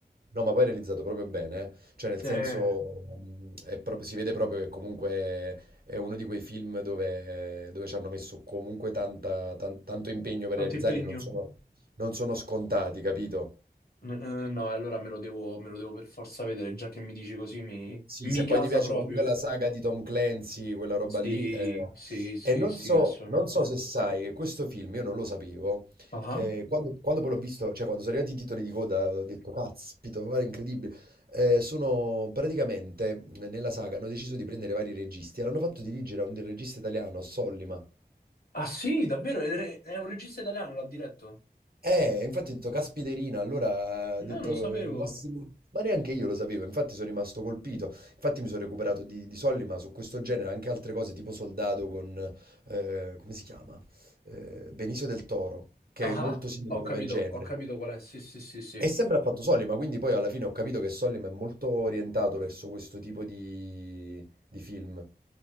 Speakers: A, on the right; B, on the left.
A: no, ma poi è realizzato proprio bene, eh. Cioè nel
B: Eh,
A: senso, mm, è proprio- si vede proprio che comunque è uno di quei film dove, dove ci hanno messo comunque tanta- tan- tanto impegno per
B: tanto
A: realizzarli
B: impegno.
A: e non sono, non sono scontati, capito?
B: N- eh, no, allora me lo devo, me lo devo per forza vedere, già che mi dici così mi,
A: Sì,
B: mi
A: se
B: gasa
A: poi ti piace
B: proprio.
A: comunque la saga di Tom Clancy, quella roba
B: Sì,
A: lì. eh,
B: sì, sì,
A: E non
B: sì,
A: so,
B: assolutamente.
A: non so se sai che questo film, io non lo sapevo,
B: Ah.
A: eh, quando, quando poi l'ho visto, cioè quando sono arrivati i titoli di coda, ho detto, caspito, guarda, incredibile. Eh, sono praticamente, eh, nella saga, hanno deciso di prendere vari registi e l'hanno fatto dirigere a un regista italiano, Sollima,
B: Ah sì, davvero? È re- è un regista italiano, l'ha diretto?
A: Eh, infatti ho detto, caspiterina, allora
B: No,
A: ho detto,
B: non lo sapevo.
A: il nostro- ma neanche io lo sapevo, infatti sono rimasto colpito, infatti mi sono recuperato di, di soldi, ma su questo genere anche altre cose tipo Soldato con, eh, come si chiama? Eh, Benicio del Toro, che
B: Ah,
A: è molto
B: ah,
A: simile
B: ho capito,
A: come genere.
B: ho capito qual è. Sì, sì, sì, sì.
A: E sempre ha fatto Solima, quindi poi alla fine ho capito che Solima è molto orientato verso questo tipo di, di film.